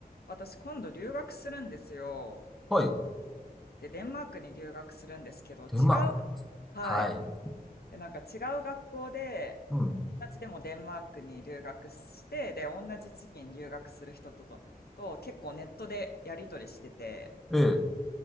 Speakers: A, on the left; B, in the centre.
A: 私今度留学するんですよ。
B: はい。
A: で、デンマークに留学するんですけど、違う、
B: デンマークです。
A: はい。
B: はい。
A: で、なんか違う学校で、
B: うん。
A: 同じでもデンマークに留学して、で、同じ時期に留学する人とと、と結構ネットでやり取りしてて、
B: ええ。